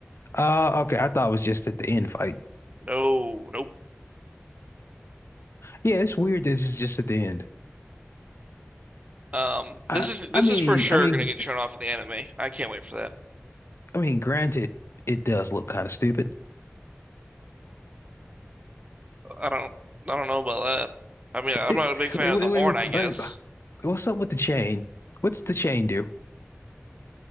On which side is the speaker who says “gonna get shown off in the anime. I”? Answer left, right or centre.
Right